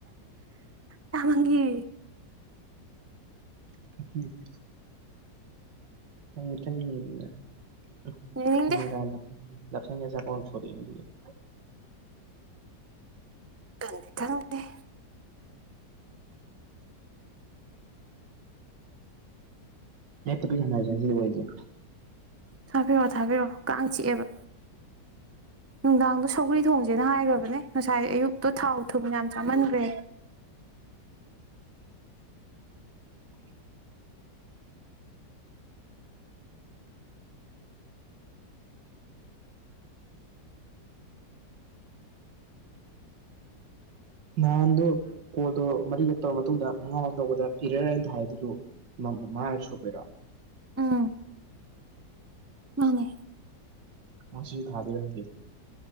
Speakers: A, on the right (about 20°); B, on the right (about 75°).
A: ꯇꯥ ꯃꯪꯒꯤ
B: <unintelligible> <unintelligible>
A: ꯌꯦꯡꯅꯤꯡꯗꯦ ꯈꯪꯗ‌ꯦ ꯈꯪꯂ‌ꯦ
B: ꯍꯦꯛꯇ ꯄꯤꯁ ꯁꯥꯟꯅꯔꯁꯦ ꯁꯤꯗꯤ ꯑꯣꯏꯁꯦ
A: ꯊꯥꯗꯔꯣ ꯊꯥꯗꯔꯣ ꯀꯥꯡ ꯆꯤꯛꯑꯦꯕ ꯅꯨꯡꯗꯥꯡꯗꯣ ꯁꯧꯒ꯭ꯔꯤ ꯊꯣꯡꯁꯦꯅ ꯍꯥꯏꯈ꯭ꯔꯕꯅꯦ ꯉꯁꯥꯏ ꯑꯌꯨꯛꯇꯣ ꯊꯥꯎ ꯊꯨꯝ ꯌꯥꯝ ꯆꯥꯝꯃꯟꯈ꯭ꯔꯦ꯫
B: ꯎꯝ꯫ ꯅꯍꯥꯟꯗꯣ ꯀꯣꯜꯗꯣ ꯃꯔꯤꯔꯛ ꯇꯧꯔ ꯃꯇꯨꯡꯗ ꯃꯉꯥꯃꯛ ꯇꯧꯕꯗ ꯏꯔꯔ ꯍꯥꯏꯅ ꯊ ꯍꯥꯏ ꯑꯗꯨꯗꯣ꯫ ꯃꯃꯥꯅ ꯁꯨꯕꯤꯔꯛꯑꯣ꯫
A: ꯎꯝ꯫ ꯃꯥꯅꯦ꯫
B: ꯃꯁꯤ ꯁꯤꯁꯨ ꯊꯥꯗꯣꯢꯔ ꯈꯡꯗꯦ꯫